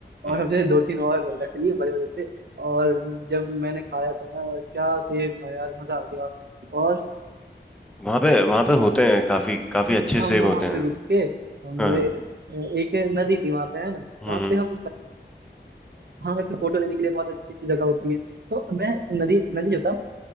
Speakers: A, on the right; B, in the centre.
A: और
B: हम्म,
A: हमने दो तीन और रख लिए बड़े बड़े से और जब मैंने खाया था ना क्या सेब था यार मजा आ गया और
B: वहाँ पे वहाँ पे होते हैं काफी
A: फिर
B: काफी अच्छे
A: हम
B: सेब
A: वहां
B: होते हैं
A: पे रुक के हम
B: हाँ
A: ए- एक नदी थी वहां पे है ना
B: हम्म
A: वहां पे हम वहां पे फोटो लेने के लिए बहुत अच्छी अच्छी जगह होती है तो मैं नदी नदी जो था